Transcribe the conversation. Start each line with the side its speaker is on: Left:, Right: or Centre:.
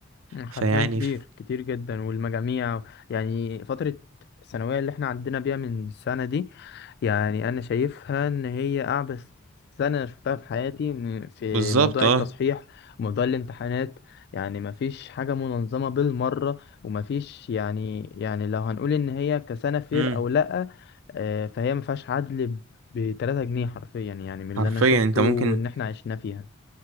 Left: حرفيا
Right: فيعني
Left: كتير
Right: ف...
Left: كتير جدا والمجاميع يعني فترة الثانوية اللي احنا عدينا بيها من السنة دي يعني أنا شايفها إن هي أعبث سنة شفتها في حياتي م- في
Right: بالظبط
Left: موضوع
Right: اه
Left: التصحيح وموضوع الامتحانات يعني مفيش حاجة منظمة بالمرة ومفيش يعني يعني لو هنقول إن هي كسنة فير
Right: امم
Left: أو لأ آه، فهي مفيهاش عدل ب- بتلاتة جنيه حرفيا يعني من اللي
Right: حرفيا
Left: أنا شفته
Right: انت
Left: وإن
Right: ممكن
Left: احنا عشنا فيها